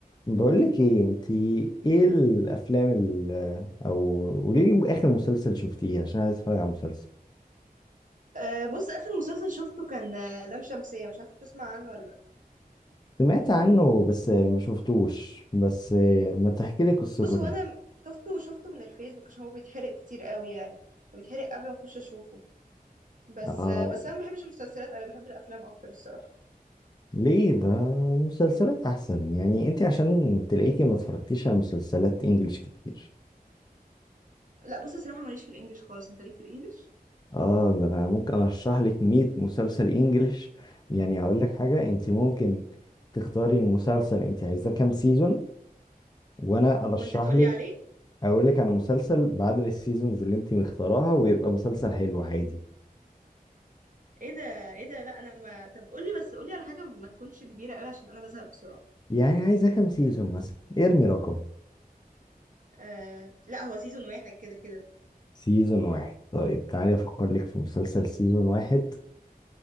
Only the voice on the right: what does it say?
أه بص اخر مسلسل شفته كان آه، لام شمسية مش عارفة تسمع عنه ولا لا
بص هو
انا شفته وشفته من الفيسبوك عشان هو بيتحرق كتير قوي يعني بيتحرق قبل ما اخش اشوفه بس
آه، بس انا ما بحبش المسلسلات قوي بحب الافلام اكتر الصراحة
لا بص الصراحة ماليش في الانجليش خالص انت ليك في الانجليش
وانت تقولي عليه
ايه ده ايه ده لا انا ما طب قولي بس قولي على حاجة ما تكونش كبيرة قوي عشان انا بزهق بسرعة
أه لا هو سيزون واحد كده كده